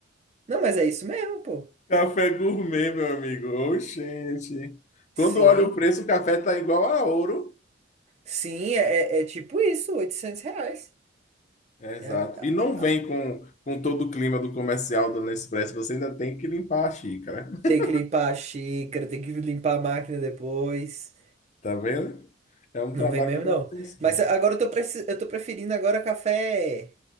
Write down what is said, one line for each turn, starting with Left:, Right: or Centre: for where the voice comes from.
Right: Não, mas é isso mesmo, pô.
Left: Café gourmet, meu amigo. Oxente.
Right: Sim.
Left: Quando olha o preço, o café tá igual a ouro.
Right: Sim, é, é é tipo isso, 800 reais.
Left: É, exato.
Right: É,
Left: E não
Right: ab-
Left: vem com, com todo o clima do comercial do Nespresso. Você ainda tem que limpar a xícara. <laughs>
Right: Tem que limpar a xícara, tem que limpar a máquina depois.
Left: Tá vendo? É um
Right: Não
Left: trabalho
Right: vem mesmo,
Left: de
Right: não.
Left: manutenção.
Right: Mas agora eu tô, preci- eu tô preferindo agora café.